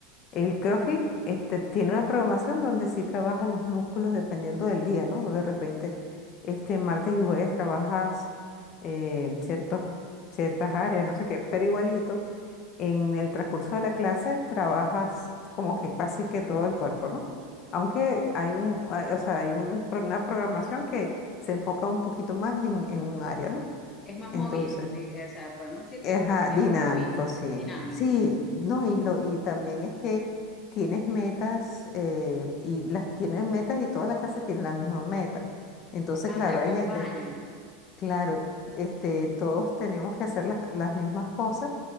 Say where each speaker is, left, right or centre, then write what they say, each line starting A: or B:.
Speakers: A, on the left; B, on the left.
A: El CrossFit este, tiene una programación donde sí trabajas los músculos dependiendo del día, ¿no? De repente, este, martes y jueves trabajas eh, ciertos, ciertas áreas, no sé qué, pero igualito, en el transcurso de la clase trabajas como que casi que todo el cuerpo, ¿no? Aunque
B: Ok.
A: hay un, hay- o sea, hay un pro- una programación que se enfoca un poquito más en, en un área, ¿no?
B: Es más
A: Entonces,
B: movido, di- o sea, podemos decir que
A: Ajá,
B: el CrossFit
A: dinámico,
B: es más movido,
A: sí.
B: más dinámico.
A: Sí, no, y lo, y también es que tienes metas, eh, y las tienes metas y toda la clase tiene la misma meta. Entonces,
B: Ah,
A: claro,
B: se acompañan.
A: hay gente, claro, este, todos tenemos que hacer las, las mismas cosas.